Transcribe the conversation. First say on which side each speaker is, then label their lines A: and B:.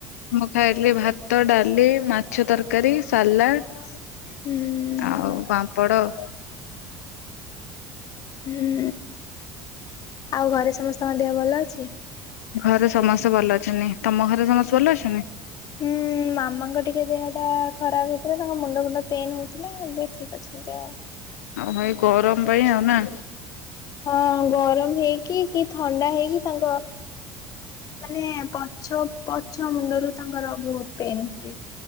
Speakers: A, on the left (about 80°); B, on the left (about 50°).
A: ମୁଁ ଖାଇଥିଲି ଭାତ, ଡାଲି, ମାଛ ତରକାରୀ, ସାଲାଡ୍
B: ହୁଁ ହୁଁ
A: ଆଉ ପାମ୍ପଡ ଆଉ।
B: ହୁଁ, ଆଉ ଘରେ ସମସ୍ତଙ୍କ ଦେହ ଭଲ ଅଛି?
A: ଘରେ ସମସ୍ତେ ଭଲ ଅଛନ୍ତି। ତମ ଘରେ ସମସ୍ତେ ଭଲ ଅଛନ୍ତି?
B: ହୁଁ, ମାମାଙ୍କ ଟିକେ ଦେହଟା ଖରାପ ହେଇଥିଲା ତାଙ୍କ ମୁଣ୍ଡ ଫୁଣ୍ଡ ପେନ୍ ହଉଥିଲା ଏବେ ଠିକ୍ ଅଛି। <unintelligible>
A: ଅହ, ଏଇ ଗରମ ପାଇଁ ଆଉ ନା?
B: ହଁ ଗରମ ହେଇକି କି ଥଣ୍ଡା ହେଇକି ତାଙ୍କ ମାନେ ପଛ, ପଛ ମୁଣ୍ଡରୁ ତାଙ୍କର ବୋହୁତ୍ ପେନ୍ ହୁଏ।